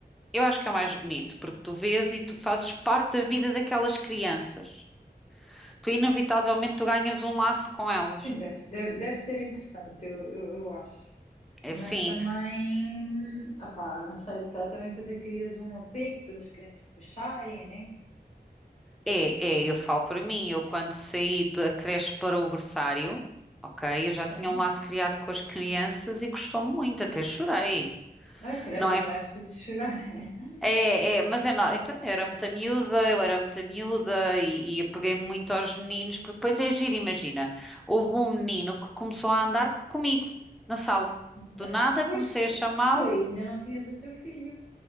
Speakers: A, in the centre; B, on the left (about 40°).
A: Eu acho que é o mais bonito, porque tu vês e tu fazes parte da vida daquelas crianças. Tu, inevitavelmente, tu ganhas um laço com elas.
B: Sim, deve, deve, deve ser interessante, eu, eu, eu acho.
A: É
B: Mas
A: assim,
B: também, opá, não sei, se calhar também depois crias um apego, depois as crianças depois saem, né?
A: é, é, eu falo para mim, eu quando saí da creche para o berçário, ok, eu já
B: Sim.
A: tinha um laço criado com as crianças e custou-me muito, até chorei.
B: Ah, credo,
A: Não
B: também
A: é
B: não é preciso chorar. <laughs>
A: É, é, mas é não. Então, eu era muita miúda, eu era muita miúda e, e apeguei-me muito aos meninos, porque depois é giro, imagina. Houve um menino que começou a andar comigo na sala.
B: Ok.
A: Do nada
B: Pois
A: comecei
B: tu,
A: a chamá-lo.
B: tu ainda não tinhas o teu filho.